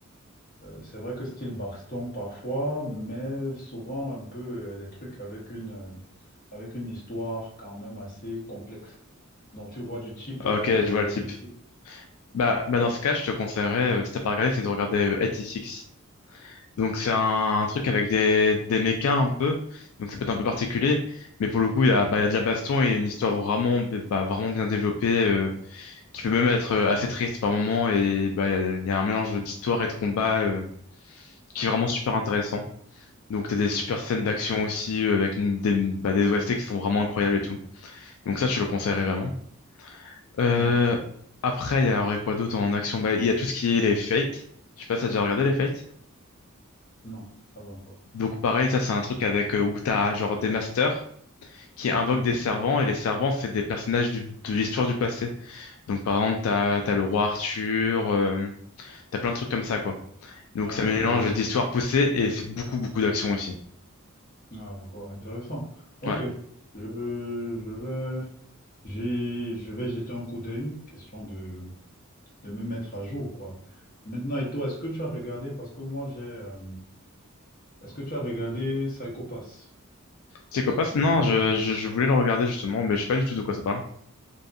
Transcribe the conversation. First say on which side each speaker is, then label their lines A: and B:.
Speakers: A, on the left (about 40°); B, on the left (about 75°).
A: c'est vrai que style baston parfois, mais souvent un peu euh, les trucs avec une, euh, avec une histoire quand même assez complexe. Donc tu vois du type,
B: Ok,
A: euh,
B: je vois le type.
A: du type,
B: Bah, bah
A: ouais,
B: dans ce cas, je te conseillerais, euh, si t'as pas regardé, c'est de regarder euh, 86. Donc c'est un, un truc
A: et
B: avec
A: tu sais-
B: des, des mechas un peu, donc ça peut être un peu particulier, mais pour le coup il y a, bah, il y a de la baston et une histoire vraiment, bah, vraiment bien développée, euh, qui peut même être euh, assez triste par moment, et bah, il y a, il y a un mélange d'histoire et de combat euh, qui est vraiment super intéressant. Donc t'as des super scènes d'action aussi, euh, avec une- des, bah, des OST qui sont vraiment incroyables et tout. Donc ça je te le conseillerais vraiment. Euh,
A: D'accord.
B: après il y a quoi d'autre en action? Bah, il y a tout ce qui est les Fates, je sais pas si t'as déjà regardé les Fates.
A: Non, pas encore.
B: Donc pareil, ça c'est un truc avec euh, où t'as genre des masters qui invoque
A: Mhm.
B: des servants, et les servants, c'est des personnages du- de l'histoire du passé. Donc, par exemple, t'as, t'as le roi Arthur, euh, t'as plein de trucs comme ça, quoi. Donc,
A: Ah
B: ça
A: d'accord,
B: mélange d'histoires
A: ok.
B: poussées, et c'est beaucoup, beaucoup d'action aussi.
A: Ah d'accord, intéressant. Ok.
B: Ouais.
A: Je, je vais, j'ai, je vais jeter un coup d'œil, question de, de me mettre à jour, quoi. Maintenant, et toi, est-ce que tu as regardé, parce que moi j'ai, euh, est-ce que tu as regardé Psycho Pass?
B: Psychopath,
A: Est-ce que tu
B: non,
A: le connais?
B: je,
A: ce-
B: je, je voulais le regarder, justement, mais je sais pas du tout de quoi ça parle.